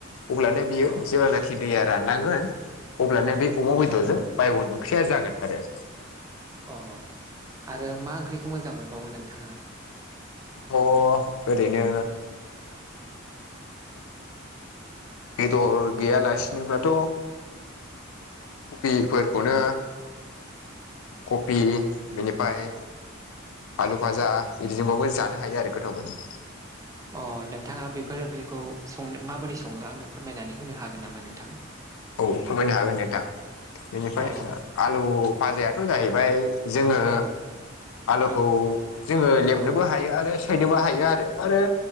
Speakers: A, on the left; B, on the right.
A: अब्लानो बियो
B: अ
A: जेब्लाना नोखि दैया राननांगोन अब्लानो बे अमा बेदरजों बायगन ओंख्रिया जागोन आरो
B: अ आरो मा ओंख्रिखौ मोजां मोनबावो नोंथाङा
A: अ ओरैनो बेदर गैयालासिनोब्लाथ कफिफोरखौनो कफि बेनिफाय आलु भाजा इदिजोंबाबो जानो हायो आरो गोथाव मोनो।
B: अ नोंथाङा बेफोर ओंख्रिखौ संनो माबोरै संङो आंनो फोरमायनानै होनो हागोन नामा नोंथां?
A: औ फोरमायनो हागोन दे नोंथां बेनिफ्राय
B: अ
A: ओ आलु फाजायाथ जाहैबाय जोङो
B: औ
A: आलुखौ
B: औ
A: जोङो लेमनोबो
B: औ
A: हायो आरो सि फायनोबो हायो आरो आरो